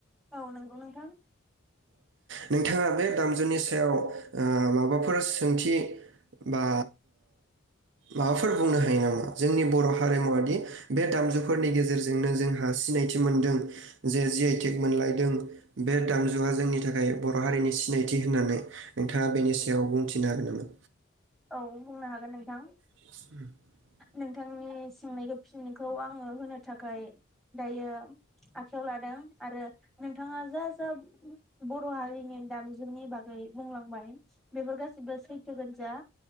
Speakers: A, in the centre; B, on the right (about 65°).
A: औ नोंगौ नोंथां
B: नोंथाङा बे दामजुनि सायाव माबाफोर सोंथि बा माबाफोर बुंनो हायो नामा जोंनि बर' हारिमुवादि बे दामजुफोरनि गेजेरजोंनो जोंहा सिनायथि मोनदों जे जि आइटेक मोनलायदों बे दाम गो जुआ जोंनि थाखाय बर' हारिनि सिनायथि होननानै नोंथाङा बेनि सायाव बुंथिनो हागोन नामा
A: औ बुंनो हागोन नोंथां
B: <unintelligible>
A: नोंथांनि सोंनायखौ फिनायखौ आंङो होनो थाखाय दायो आखायाव लादों आरो नोंथाङा जा जा बर हारिनि दामजुनि बागै बुंलांबाय बेफोर गासिबो सैथोगोन जा